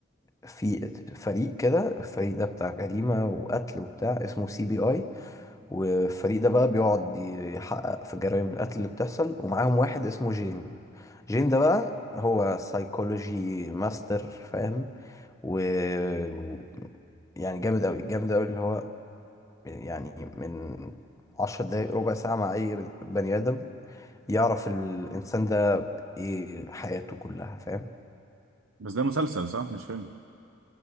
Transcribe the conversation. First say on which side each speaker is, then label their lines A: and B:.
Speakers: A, on the left (about 15°); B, on the right (about 75°).
A: في فريق كده الفريق ده بتاع جريمة وقتل وبتاع اسمه سي بي اي والفريق ده بقى بيقعد يحقق في جرائم القتل اللي بتحصل ومعاهم واحد اسمه جين جين ده بقى هو سايكولوجي ماستر فاهم و و- يعني جامد قوي جامد قوي اللي هو يعني من عشر دقايق ربع ساعة مع أي بني آدم يعرف الإنسان ده ايه حياته كلها فاهم
B: بس ده مسلسل صح مش فيلم